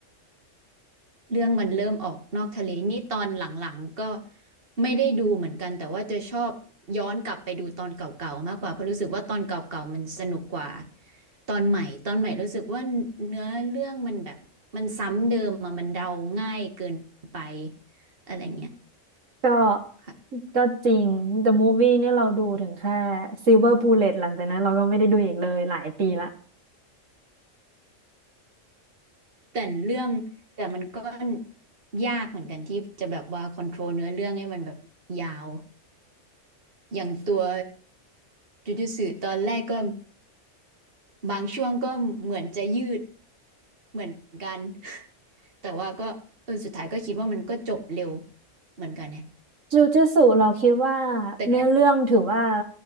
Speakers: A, on the right; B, on the right.
A: เรื่องมันเริ่มออกนอกทะเลนี่ตอนหลังๆก็ไม่ได้ดูเหมือนกันแต่ว่าจะชอบย้อนกลับไปดูตอนเก่าๆมากกว่าเพราะรู้สึกว่าตอนเก่าๆมันสนุกกว่าตอนใหม่ตอนใหม่รู้สึกว่าเนื้อเรื่องมันแบบมันซ้ำเดิมอะมันเดาง่ายเกินไปอะไรเงี้ย
B: ก็
A: ค่ะ
B: ก็จริง The Movie เนี่ยเราดูถึงแค่ Silver Bullet หลังจากนั้นเราก็ไม่ได้ดูอีกเลยหลายปีละ
A: แต่เรื่องแต่มันก็ยากเหมือนกันที่จะแบบว่าคอนโทรลเนื้อเรื่องให้มันแบบยาวอย่างตัวจูจูตอนแรกก็บางช่วงก็เหมือนจะยืด เหมือนกันแต่ว่าก็เออสุดท้ายก็คิดว่ามันก็จบเร็วเหมือนกันเนี่ย
B: จูจ i ตสุเราคิดว่า
A: แต่ก็
B: เนื้อเรื่องถือว่า